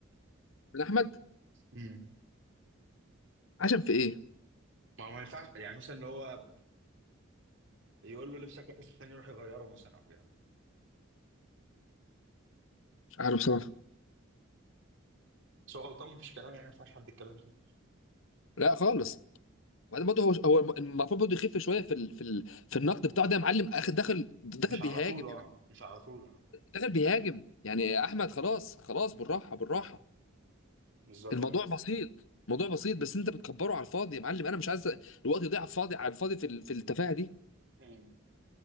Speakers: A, on the left; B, on the right.
A: من احمد
B: مم.
A: عشان في ايه
B: ما هو ما ينفعش يعني مثلا اللي هو يقول له لبسك وحش الثاني يروح يغيره مثلا او كده
A: مش عارف بصراحه
B: بس هو غلطان مفيش كلام يعني ما ينفعش حد يتكلم كده
A: لا خالص وبعدين برضه هو هو المفروض برضه يخف شويه في ال... في ال... في النقد بتاعه ده يا معلم اخد داخل داخل
B: مش
A: بيهاجم
B: على طول اه مش على طول اه
A: داخل بيهاجم يعني يا احمد خلاص خلاص بالراحه بالراحه
B: بالظبط
A: الموضوع
B: يعني
A: بسيط موضوع بسيط بس انت بتكبره على الفاضي يا معلم انا مش عايز الوقت يضيع على الفاضي على الفاضي في ال- في التفاهه دي
B: مم.